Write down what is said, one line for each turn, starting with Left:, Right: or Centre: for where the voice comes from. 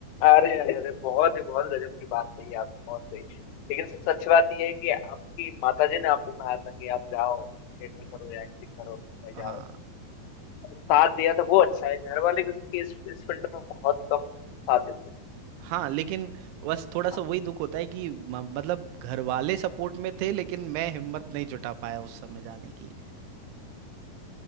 Left: अरे अरे अरे बहुत ही बहुत गजब की बात कही आप बहुत सही लेकिन सबसे अच्छी बात यह है कि आपकी माताजी ने आपको कहा था कि आप जाओ थिएटर करो या एक्टिंग करो भाई
Right: हाँ
Left: जाओ साथ दिया था वो अच्छा है घर वाले क्योंकि इस इस फील्ड में बहुत कम साथ देते
Right: हाँ लेकिन बस थोड़ा सा
Left: हैं
Right: वही दुख होता है कि म- मतलब घर वाले सपोर्ट में थे लेकिन मैं हिम्मत नहीं जुटा पाया उस समय जाने की